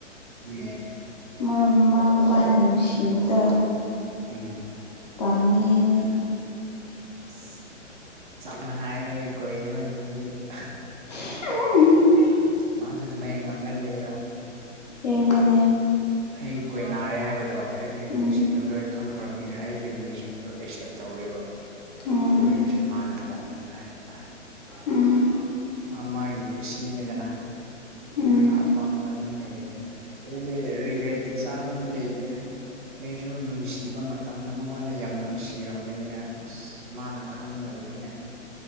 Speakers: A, on the right; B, on the left.
A: ꯎꯝ
B: ꯃꯣꯏ ꯃꯃꯥ ꯃꯄꯥꯅ ꯅꯨꯡꯁꯤꯕꯗꯣ
A: ꯎꯝ
B: ꯄꯝꯃꯦ ꯑꯩꯗꯤ
A: ꯑꯁ ꯆꯞ ꯃꯟꯅꯩꯌꯦ ꯑꯩ ꯀꯣꯏꯔꯤꯕ ꯅꯨꯄꯤꯗꯨꯒ
B: <inaudible>
A: ꯃꯥꯁꯨ ꯑꯗꯨꯃꯥꯢꯅ ꯉꯥꯡꯒꯟꯂꯦꯕ
B: ꯁꯦꯝꯕꯅꯦ
A: ꯑꯩ ꯀꯣꯏꯅꯥꯔꯦ ꯍꯥꯏꯕꯗꯣ ꯑꯩ ꯐꯦꯃꯤꯂꯤꯁꯤꯡꯒꯥ
B: ꯎꯝ
A: ꯂꯣꯏ ꯈꯪꯒꯔꯕꯅꯤꯅ ꯑꯩ ꯐꯦꯃꯤꯂꯤꯁꯤꯡꯁꯨ ꯑꯦꯛꯁꯦꯞ ꯇꯧꯋꯦꯕ
B: ꯎꯝ
A: ꯑꯗꯨ ꯑꯣꯏꯔꯁꯨ ꯃꯥꯅ ꯇꯥꯟꯕ ꯍꯥꯏꯕꯇꯥꯔꯦ
B: ꯎꯝ
A: ꯑꯃꯒꯤ ꯀꯨꯁꯤꯅꯤꯗꯅ
B: ꯎꯝ
A: ꯃꯥꯅ ꯑꯄꯥꯝꯕ ꯑꯗꯨꯝ ꯂꯩꯔꯦꯗ ꯑꯩꯗꯤ ꯔꯤꯒ꯭ꯔꯦꯠꯇꯤ ꯆꯥꯕꯗꯤ ꯂꯩꯇꯦꯗ ꯑꯩꯁꯨ ꯅꯨꯡꯁꯤꯕ ꯃꯇꯝꯗꯣ ꯃꯉꯣꯟꯗ ꯌꯥꯝ ꯅꯨꯡꯁꯤꯔꯝꯕꯅꯤꯅ ꯑꯁ ꯃꯥꯅ ꯈꯪꯗꯕꯅꯤꯅ ꯑꯗꯨꯝ